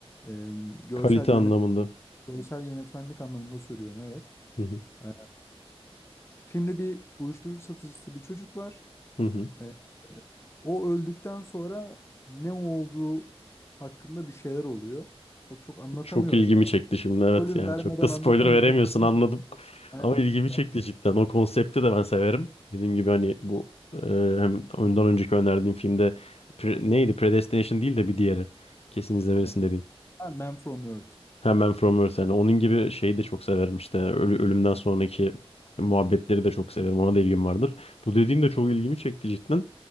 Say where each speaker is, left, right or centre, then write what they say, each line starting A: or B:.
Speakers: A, on the left; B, on the left.
A: e, görsel
B: Kalite
A: yönet
B: anlamında.
A: görsel yönetmenlik anlamında söylüyorum evet.
B: Hı hı.
A: E, filmde bir uyuşturucu satıcısı bir çocuk var.
B: Hı hı.
A: E, o öldükten sonra ne olduğu hakkında bir şeyler oluyor. Çok çok anlatamıyorum
B: Çok ilgimi
A: ya.
B: çekti şimdi evet
A: Spoiler
B: yani
A: vermeden
B: çok da spoiler
A: anlatamıyorum.
B: veremiyorsun anladım. <laughs>
A: Aynen.
B: Ama ilgimi
A: Yani-
B: çekti cidden. O konsepti de ben severim. Dediğim gibi hani bu e, hem ondan önceki önerdiğim filmde pre-
A: <laughs>
B: neydi? Predestination değil de bir diğeri. Kesin izlemelisin
A: Evet.
B: dediğin.
A: Ha, Man from Earth.
B: Hemen From Earth yani. Onun gibi şeyi de çok severim işte. Ölü, ölümden sonraki muhabbetleri de çok severim. Ona da ilgim vardır. Bu dediğim de çok ilgimi çekti cidden.